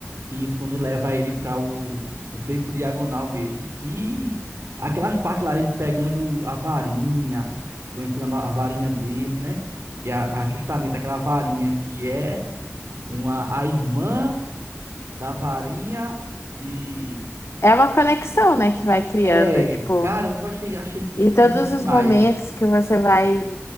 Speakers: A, on the right (about 65°); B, on the left (about 65°).
A: Isso, quando leva ele pra o, o beco diagonal mesmo. Que. Aquelas partes lá de pegando a varinha. Conhecendo a, no- a varinha dele, né? Que é a- justamente aquela varinha que é uma, a irmã da varinha de.
B: É uma conexão, né, que vai criando,
A: É,
B: tipo.
A: caramba, achei, achei
B: E todos
A: muito demais
B: os momentos que você vai